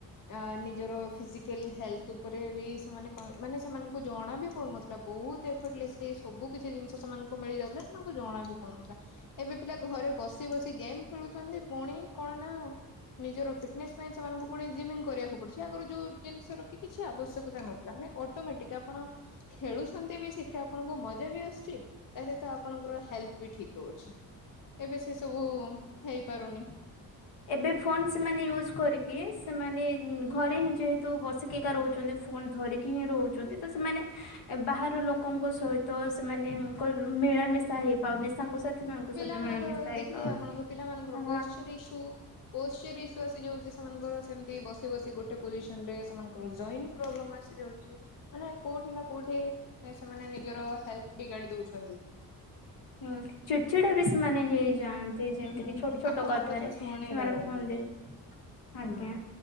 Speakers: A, on the left; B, on the left.
A: ଆ ନିଜର ଫିଜିକାଲ ହେଲ୍ଥ ଉପରେ ବି ସେମାନେ ମାନେ ସେମାନଙ୍କୁ ଜଣା ବି ପଡୁନଥିଲା। ବହୁତ ସବୁ କିଛି ଜିନିଷ ସେମାନଙ୍କୁ ମିଳି ଯାଉଥିଲା ସେମାନଙ୍କୁ ଜଣା ବି ପଡୁନଥିଲା। ଏବେ ପିଲା ଘରେ ବସି ବସି ଗେମ୍ ଖେଳୁଛନ୍ତି। ପୁଣି କଣ ନା ନିଜର ଫ ପାଇଁ ସେମାନଙ୍କୁ ପୁଣି ଜିମିଙ୍ଗ କରିବାକୁ ପଡିଛି ଆଗରୁ ଯୋଉ ଜିନିଷ ରଖି କିଛି ଆବଶ୍ୟକତା ନଥିଲା। ମାନେ ଅଟୋମେଟିକ ଆପଣ ଖେଳୁଛନ୍ତି ବି ସେଥିରେ ଆପଣଙ୍କୁ ମଜା ବି ଆସୁଛି। ତା ସହିତ ଆପଣଙ୍କର ହେଲ୍ଥ ବି ଠିକ୍ ରହୁଛି ଏବେ ସେ ସବୁ ହେଇପାରୁନି।
B: ଏବେ ଫୋନ ସେମାନେ ୟୁଜ କରିକି ସେମାନେ ଘରେ ହିଁ ଯେହେତୁ ବସି କିକା ରହୁଛନ୍ତି ଫୋନ ଧରିକି ହିଁ ରହୁଛନ୍ତି। ତ ସେମାନେ ବାହାର ଲୋକଙ୍କ ସହିତ ସେମାନଙ୍କ ମିଳାମିଶା ହେଇପାରୁନି ସାଙ୍ଗସାଥି ମାନଙ୍କ
A: ପିଲାମାନଙ୍କର
B: ସହିତ ମିଳାମିଶା ହେଇପାରୁନି
A: ଦେଖିବି ଆପଣଙ୍କ ପିଲାମାନଙ୍କର
B: ହଁ
A: ପୋଷଚର ଇସୁ। ପୋର ଇସୁ ଆସି ଯାଉଛି ସେମାନଙ୍କର ସେମିତି ବସି ବସି ଗୋଟେ ପୋଜିସନ ରେ ସେମାନଙ୍କର ଜଏନ୍ତା। ମାନେ କୋଉଠି ନା କୋଉଠି ସେମାନେ ନିଜର ହେଲ୍ଥ ବିଗାଡି ଦଉଛନ୍ତି।
B: ହୁଁ। ଚିଡ଼ଚିଡା ବି ସେମାନେ ହେଇଯାଆନ୍ତି
A: ହୁଁ
B: ଯେମିତି
A: ହୁଁ ହୁଁ।
B: କି ଛୋଟ ଛୋଟ
A: ଆଉ କାହା
B: କଥାରେ
A: କଥା ଶୁଣି
B: ସେମାନେ
A: ପାରନ୍ତିନି
B: ହୁଅନ୍ତି।
A: ହଁ
B: ଆଜ୍ଞା।